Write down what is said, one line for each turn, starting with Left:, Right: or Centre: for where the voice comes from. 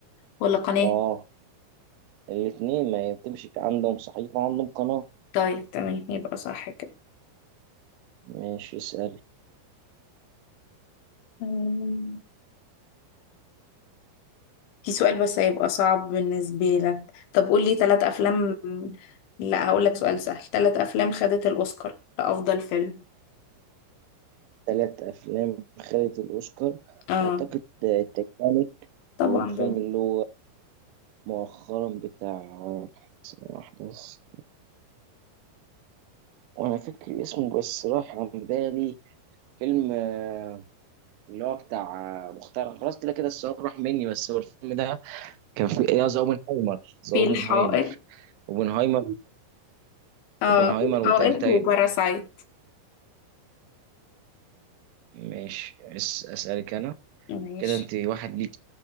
Left: ولا قناة
Right: آه الاتنين ما هي بتمشي عندهم صحيفة عندهم قناة
Left: طيب تمام يبقى صح كده
Right: ماشي اسألي
Left: أمم، في سؤال بس هيبقى صعب بالنسبة لك طب قول لي ثلاث أفلام لا هقول لك سؤال سهل ثلاث أفلام خدت الأوسكار لأفضل فيلم
Right: ثلاث أفلام خدت الأوسكار
Left: اه
Right: أعتقد آه، تitanic
Left: طبعا
Right: والفيلم
Left: ده
Right: اللي هو مؤخرا بتاع ثانية واحدة بس وأنا فاكر اسمه بس راح عن بالي فيلم آه، اللي هو بتاع آه، مختار خلاص كده كده السؤال راح مني بس هو الفيلم ده كان فيه يا ذا اوبنهايمر ذا
Left: في
Right: اوبنهايمر
Left: الحائط
Right: اوبنهايمر
Left: اه
Right: اوبنهايمر
Left: الحائط
Right: وتنتين
Left: وباراسايت
Right: ماشي أس- أسألك أنا
Left: ماشي
Right: كده أنت واحد ليك